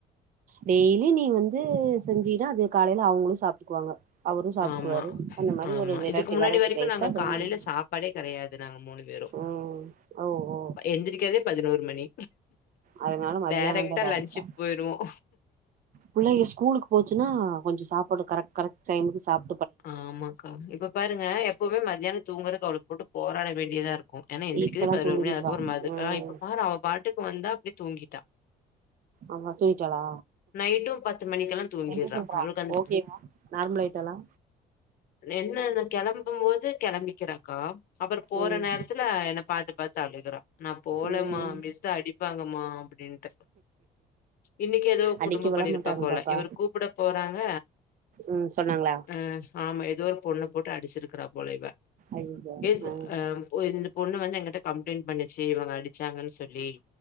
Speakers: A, on the right; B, on the left.
A: டெய்லி நீ வந்து செஞ்சீன்னா அது எப் காலையில அவங்களு சாப்ட்டுக்குவாங்க அவரு சாப்ட்டுக்குவாரு
B: ஆமா
A: அந்த மாரி
B: ஆமா
A: ஒரு வெரைட்டி
B: இதுக்கு முன்னாடி
A: வெரைட்டி
B: வரைக்கு
A: ரைஸ்
B: நாங்க
A: தா செய்ய
B: காலையில
A: முடியு
B: சாப்பாடே கெகடையாது நாங்க மூணு பேரு
A: ம் ஓ ஓ
B: எந்திரிக்குறதே பதினோரு மணி
A: அதனால மதியானந்தா
B: டைரக்ட்டா
A: டேரெக்ட்டா
B: லஞ்சுக்கு போயிருவோம்.
A: புள்ளைங்க ஸ்கூலுக்கு போச்சுன்னா கொஞ்சொ சாப் போடு கரெக் கரெக்ட் டைமுக்கு சாப்
B: ஆமாக்கா இப்ப பாருங்க எப்பவுமே மத்யானம் தூங்குறக்கு அவளுக் போட்டு போராட வேண்டியதா இருக்கு ஏனா எந்திரிக்குதே
A: இப்பல்லா
B: பதினோரு
A: தூங்கிருவா
B: மணி அதுக்கப்பறொ மது
A: ம்
B: ஆஹ் இப்பப் பாரு அவ பாட்டுக்கு வந்தா அப்பிடியே தூங்கிட்டா
A: ஆஹா தூங்கிட்டாளா
B: நைட்டும் பத்து மணிக்கெல்லா தூங்கிறா
A: என்ன சொல்றா
B: அவளுக்கு அந்த
A: ஓகேவா நார்மல் ஆயிட்டாளா
B: என்ன இந்த கெளம்ப் பும்போது கெளம்பிக்கிறாக்கா அப்பறொ போற
A: ம்
B: நேரத்துல என்னப் பாத்து பாத்து அழுகுறா நா போலம்மா
A: ம்
B: மிஸ் அடிப்பாங்கமா அப்பிடின்ட்டு இன்னைக்கு எதோ
A: அடிக்க
B: குறும்பு
A: விழ
B: பண்ணிருக்காப்
A: மாட்டாங்க
B: போல
A: பாப்பா
B: இவரு கூப்புடப் போறாங்க
A: ம் சொன்னாங்களா
B: ஆ ஆமா எதோ ஒரு பொண்ணப் போட்டு அடிச்சிருக் க்கறா போல இவ
A: ஐயயோ
B: எதுத்
A: ம்
B: அஹ் ஓ இந்த பொண்ணு வந்து எங்கிட்ட கம்ப்ளைண்ட் பண்ணிச்சு இவங்க அடிச்சாங்கன்னு சொல்லி